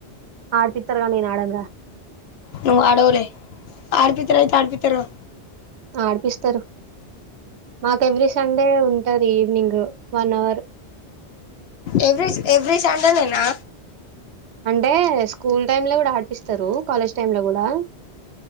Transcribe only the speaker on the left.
నువ్ అడవ్‌లే అడ్పితర్ అయితే అడ్పితర్ గా
ఎవ్రీస్ ఎవ్రీ సండే నేనా